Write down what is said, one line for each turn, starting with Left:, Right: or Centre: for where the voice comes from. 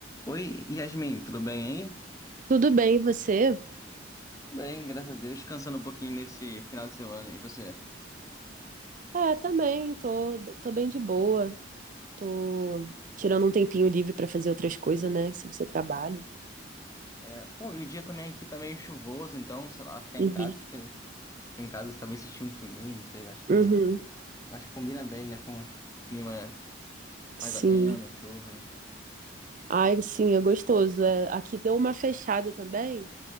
Left: Oi, Yasmin, tudo bem aí?
Right: Tudo bem, e você?
Left: Bem, graças a Deus, descansando um pouquinho nesse final de semana. E você?
Right: É, também, tô, tô bem de boa. Tô tirando um tempinho livre pra fazer outras coisas, né? Sem ser trabalho.
Left: É, pô, e o dia também aqui tá meio chuvoso, então, sei lá, ficar
Right: Uhum.
Left: em casa, ficar, ficar em casa, talvez assistir um filminho, não sei, eu acho que,
Right: Uhum.
Left: eu acho que combina bem, né, com o clima mais
Right: Sim.
Left: ameno, chuva, né?
Right: Ai, sim, é gostoso. É, aqui deu uma fechada também.